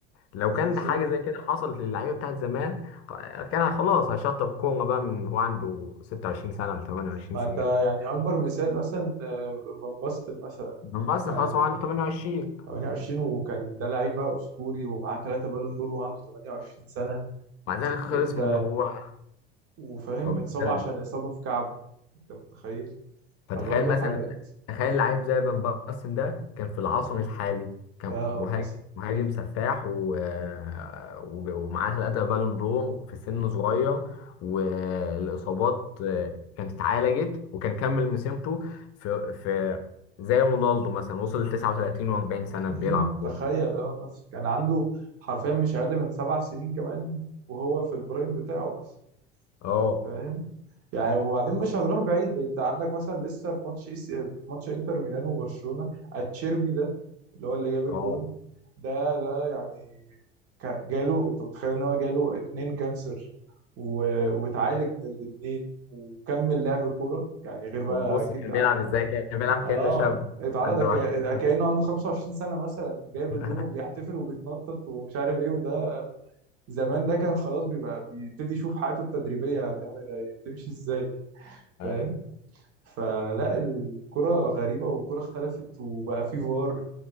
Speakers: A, on the left; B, on the right.
A: لو
B: بالظبط
A: كان ده حاجه زي كده حصلت للعيبه بتاعت زمان خ- كان خلاص هيشطب كوره بقى من هو عنده 26 سنه ولا 28
B: ما
A: سنه
B: انت يعني اكبر مثال مثلا آه، فان باستن مثلا
A: من بس
B: يعني
A: خلاص هو عنده 28
B: 28 وكان ده لعيبه اسطوري ومعاه ثلاثه بالون دور وعنده 28 سنه
A: مع ذلك خلص
B: انت
A: من هو
B: وفاهم
A: أو
B: اتصاب
A: بدأ
B: عشان اصابه في كعبه انت متخيل فبرضه
A: فتخيل مثلا
B: حاجات
A: تخيل لعيب زي فان باستن ده كان في العصر الحالي كان
B: اه
A: مهاجم
B: مثلا
A: مهاجم سفاح و... و- ومعاه ثلاثة بالون دور في سن صغير والإصابات كانت اتعالجت وكان كمل مسيرته في في زي رونالدو مثلا وصل ل 39 و40 سنة
B: مم،
A: بيلعب كورة
B: تخيل اه مثلا كان عنده حرفيا مش اقل من سبع سنين كمان وهو في البرايم بتاعه مثلا
A: اه
B: فاهم يعني وبعدين مش هنروح بعيد انت عندك مثلا لسه في ماتش إيس... في ماتش انتر ميلان وبرشلونة اتشيربي ده اللي هو اللي جاب الجون
A: اه
B: ده ده يعني ك- جاله انت متخيل ان هو جاله اتنين كانسر و... واتعالج من الاتنين وكمل لعب كورة يعني غير بقى
A: وبص
B: اكيد
A: كان
B: قعدت-
A: بيلعب ازاي كان بيلعب
B: اه
A: كأنه شاب
B: اتعرض
A: عنده
B: كأ-
A: 20
B: كأنه عنده 25 سنة مثلا جايب
A: سنة
B: الجون وبيحتفل وبيتنطط ومش عارف ايه وده زمان ده كان خلاص بيبقى بيبتدي يشوف حياته التدريبية هتعمل إيه، هتمشي ازاي
A: <laughs>
B: فاهم فلا الكرة غريبة والكرة اختلفت وبقى في فار